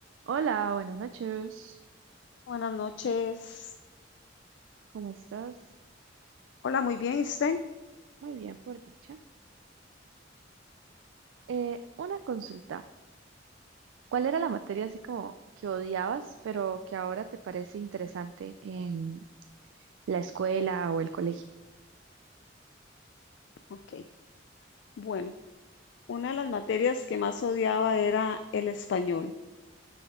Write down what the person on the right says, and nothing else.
Hola, buenas noches.
¿Cómo estás?
Muy bien, por dicha. Eh, una consulta. ¿Cuál era la materia así como que odiabas, pero que ahora te parece interesante en la escuela o el colegio?